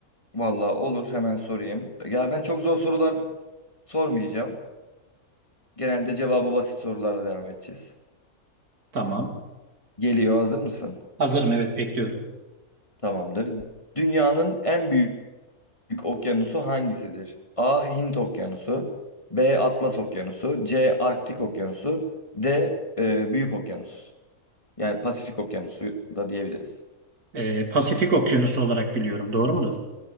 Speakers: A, on the left; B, on the right.
A: Valla olur. Hemen sorayım. Ya ben çok zor sorular sormayacağım. Genelde cevabı basit sorularla devam edeceğiz.
B: Tamam.
A: Geliyor. Hazır mısın?
B: Hazırım evet bekliyorum.
A: Tamamdır. Dünyanın en büyük okyanusu hangisidir? A. Hint Okyanusu B. Atlas Okyanusu C. Arktik Okyanusu D. e, Büyük Okyanus. Yani Pasifik Okyanusu da diyebiliriz.
B: Ee, Pasifik Okyanusu olarak biliyorum. Doğru mudur?